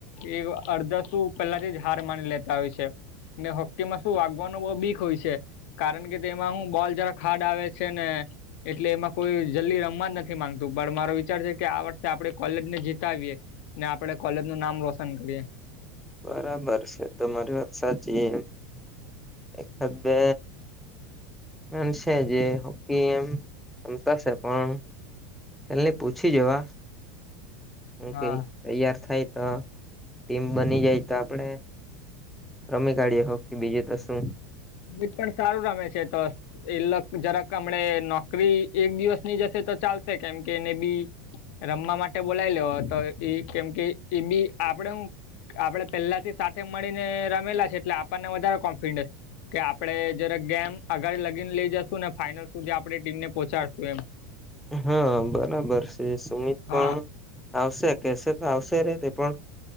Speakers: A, on the left; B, in the centre.
A: એ અડધાસું, પહેલાથી જ હાર માની લેતા હોય છે. ને હોક્કી માં શું, વાગવાનું બહુ બીક હોય છે. કારણ કે તેમાં હું, બોલ જરા ખાડા આવે છે ને. એટલે એમાં કોઈ જલ્દી રમવા નથી માંગતું‌ <unintelligible> વિચાર કે આ વર્ષે આપે કોલેજ ને જીતાવીએ ને આપડે કોલેજ નું નામ રોશન કરીએ.
B: બરાબર છે તમારી વાત સાચી એમ એક બે હાલશે જે હોય એમ રમતાશે પણ. પેલ્લા પૂછી જોવે એને
A: હા
B: કઈ તૈયાર થાય તો, ટીમ બની જાય તો આપડે રમી કાઢીએે હો કી બીજું તો શું
A: મીત પણ સારું રમે છે તો એ લક જરાક હમડા નોકરી એક દિવસ ની જ હશે તો ચાલશે, કેમ કેને બી રમવા માટે બોલાવી લેવો તો ઈ, કેમ કે, ઈ બી આપડે હું આપડે પહેલાથી સાથે મળીને રમેલા છે એટલે આપણને વધારે કોન્ફિડન્સ કે આપડે જરાક‌ ગેમ આગલ લગીને લઇ જશું ને ફાઈનલ સુધી આપણે ટીમને પહોંચાડશું, એમ.
B: હા બરાબર છે સુમિત
A: હા
B: પણ આવશે, કેશે તો આવશે ને તે પણ.